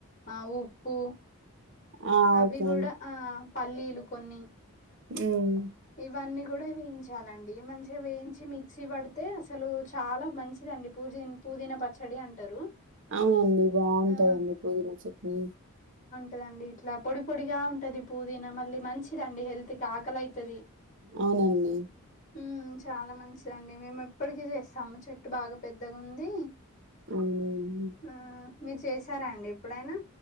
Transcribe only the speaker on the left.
ఆ ఉప్పు
అవి
కూడా
ఆ పల్లీలు కొన్ని
ఇవన్నీ కూడా వేయించాలండి మంచిగా వేయించి మీక్ మిక్సిసీ పడితే అసలు చాలా మంచిదండి పూజిన్ పుదీన పచ్చడి అంటారు
ఆ
తెఅండి ఇట్లా పొడి పొడిగా ఉంటది పుదీనా మళ్ళీ మంచిదండి హెల్త్ కి ఆకల అయి తది
మ్ చాలా మంచిదండి మేము ఇప్పడికి చేస్తాము చెట్టు బాగా పెద్దగా ఉంది
ఆ మీరు చేసారాండి ఎప్పుడైనా